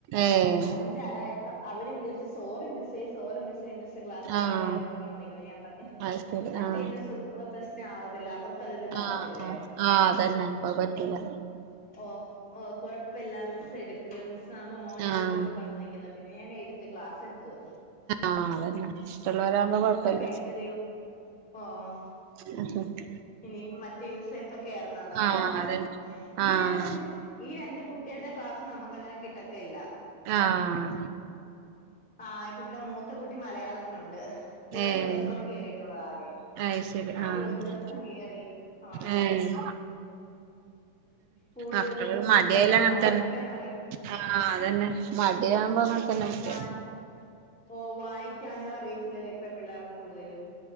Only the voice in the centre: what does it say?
അഞ്ചരായപ്പ അവര് വിളിച്ച് സോറി മിസ്സേ സോറി മിസ്സേ മിസ്സ്‌ ക്ലാസ് എടുക്കാൻ
കയറും പറഞ്ഞോണ്ട് നിക്കുന്ന് ഞാൻ പറഞ്
മറ്റേ
മിസ്സ്‌ പ്രശ്നം ആവത്തില്ല തിരുതാവാത്തില്ലേ
ഓ ഓ കൊഴപ്പമില്ല മിസ് എടുക്ക് മിസ് ആവുമ്പോ മോൻ
ഇരിക്കോന്നും പറഞ്ഞു നിൽക്കുന്നെ പിന്നെ ഞാൻ ക്ലാസ്സ് എടുത്തു
ഇപ്പ കഴിഞ്ഞതേ ഓഓഓ
ഇനിയിപ്പ മറ്റേ മിസ്സ് എപ്പൊ കേറുന്നോ എന്തോ
പാവം
ഈ
രണ്ട് കുട്ടി ഈ രണ്ട് കുട്ടികളുടെ ക്ലാസ് നമ്മക്ക് അങ്ങനെ കിട്ടത്തേയില്ല
ആഹ് ഈ കുട്ടിയുടെ മൂത്ത കുട്ടി മലയാളത്തിനുണ്ട് ഒരു
ദിവസാണ് കേറിയിട്ടുള്ളത് ആകെ
ആകെ
ഒരു ദിവസം കേറി ആഹ്
കൂടുതൽ
ഇപ്പോഴത്തെ
പിള്ളേർക്ക്
വായിക്കാൻ
അറി
ഉം
വാ ഓ വായിക്കാനും അറിയത്തില്ലല്ലേ ഇപ്പ പിള്ളേർക്ക് കൂടുതലും